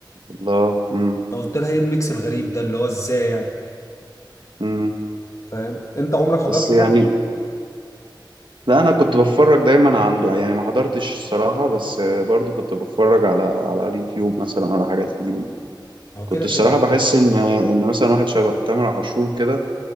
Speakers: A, on the right (about 75°); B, on the left (about 40°).
A: الله امم
B: فقلت لها ايه الميكس الغريب ده اللي هو ازاي يعني
A: امم
B: فاهم انت عمرك حضرت
A: بس
B: لحد
A: يعني لا انا كنت بتفرج دايما عن يعني ما حضرتش الصراحة بس برضو كنت بتفرج على على اليوتيوب مثلا على حاجات ليهم
B: هو
A: كنت
B: كده
A: الصراحة
B: كده
A: بحس إن إن مثلا واحد شبه تامر عاشور كده